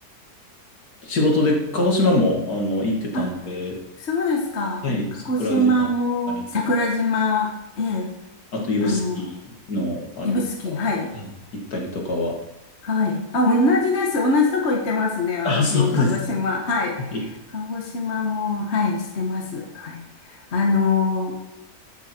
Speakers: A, on the left; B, on the left.
A: 仕事で鹿児島も、あの、行ってたんで、
B: あ、そうですか。
A: はい、
B: 鹿児島も桜島、
A: 桜島だったりとか、
B: ええ、
A: あと指宿
B: いあの、
A: のあれとか、
B: 指宿、はい。
A: はい、行ったりとかは。
B: はい。あ、同じです。同じとこ行ってますね。私も鹿児島、
A: あ、そうです
B: はい。
A: ね。
B: 鹿児島も、はい、してます。はい。あの